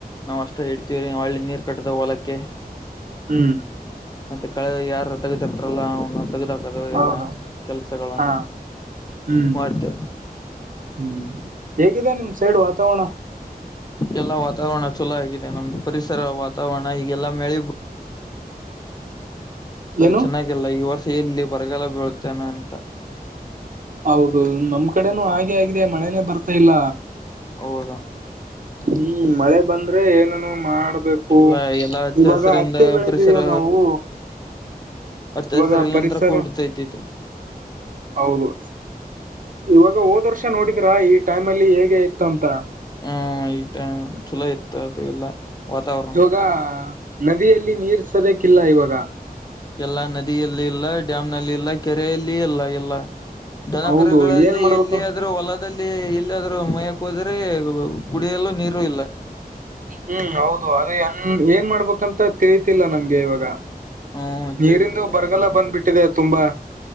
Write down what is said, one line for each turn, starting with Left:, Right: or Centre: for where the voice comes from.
Left: ನಾವ್ ಅಷ್ಟ ಇಡ್ತೀವ್ರೀ ವಳ್ಳಿ ನೀರ್ ಕಟ್ಟ್ದ ಹೊಲಕ್ಕೆ.
Right: ಹ್ಮ್
Left: ಮತ್ತೆ ಕಳೆ ಯಾರರ ತಗದ ಇರ್ತಾರಲ್ಲಾ ಅವ್ನ ತೇಗದ್ ಹಾಕ್ ಅದು
Right: ಹೌದು
Left: ಎಲ್ಲ ಕೆಲ್ಸಗಳನ್ನ
Right: ಹಾ ಹ್ಮ್
Left: ಮಾಡ್ತೇವ.
Right: ಹ್ಮ್ ಹೇಗಿದೆ ನಿಮ್ ಸೈಡ್ ವಾತಾವರಣ.
Left: ಎಲ್ಲಾ ವಾತಾವರಣ ಚೊಲೋ ಆಗಿದೆ ನಮ್ದು ಪರಿಸರ ವಾತಾವರಣ ಈಗೆಲ್ಲಾ ಮಳಿ
Right: ಏನು
Left: ಚೆನ್ನಾಗಿಲ್ಲ ಈ ವರ್ಷ ಎಲ್ಲಿ ಬರಗಾಲ ಬೀಳ್ತೇನೆ ಅಂತ.
Right: ಹೌದು ನಮ್ ಕಡೆನೂ ಹಾಗೆ ಆಗಿದೆ ಮಳೆನನೆ ಬರ್ತಾ ಇಲ್ಲ.
Left: ಅವದ.
Right: ಹ್ಮ್ ಮಳೆ ಬಂದ್ರೆ ಏನನು ಮಾಡ ಬೇಕು
Left: ಎಲ್ಲಾ ಎಲ್ಲಾ ಹಚ್ಚ
Right: ಇವಾಗ
Left: ಹಸಿರಿಂದ
Right: ಹತ್ತೆ ಬೆಳೆದಿದ್ದೀವು
Left: ಪರಿಸರ
Right: ನಾವು.
Left: ಅತ್ತ
Right: ಇವಾಗ
Left: ಹೆಸರಲ್ಲಿ
Right: ಪರಿಸರ
Left: ನಂತರ ಕೂಡ್ತೈತಿತ್ತು.
Right: ಹೌದು ಇವಾಗ ಹೋದ ವರ್ಷ ನೋಡಿದ್ರಾ ಈ ಟೈಮ್ ಅಲ್ಲಿ ಹೇಗೆ ಇತ್ತು ಅಂತ.
Left: ಹ್ಮ ಈ ಟೈಮ್ ಚೊಲೋ ಇತ್ತು ಅದು ಎಲ್ಲ ವಾತಾವರಣ.
Right: ಖಾ ನದಿಯಲ್ಲಿ ನೀರ್ ಸದಕ್ ಇಲ್ಲ ಇವಾಗ.
Left: ಎಲ್ಲಾ ನದಿಯಲ್ಲಿ ಇಲ್ಲ ಡ್ಯಾಮ್ ನಲ್ಲಿ ಇಲ್ಲ ಕೆರೆಯಲ್ಲಿ ಇಲ್ಲ ಎಲ್ಲ. ದನಕರಗಳಲ್ಲಿ
Right: ಹೌದು ಏನ್ ಮಾಡ್ಬೇಕು
Left: ಎಲ್ಲಿ ಆದ್ರೂ ಹೊಲದ ದಲ್ಲಿ ಎಲ್ಲಾದ್ರೂ ಮಯಕ್ ಹೋದ್ರೆ ಕುಡಿಯಲ್ಲೂ ನೀರು ಇಲ್ಲ.
Right: ಹ್ಮ್ ಹೌದು ಅದ ನ್ ಏನ್ ಮಾಡ್ಬೇಕಂತ ತಿಳಿತಿಲ್ಲ ನಮ್ಗೆ ಇವಾಗ.
Left: ಹ್ಮ
Right: ನೀರಿಂದು
Left: ತಿಳಿತಿಲ್ಲ
Right: ಬರಗಾಲ
Left: ಅದಗೆಲ್ಲ
Right: ಬಂದ್ಬಿಟ್ಟಿದೆ ತುಂಬಾ.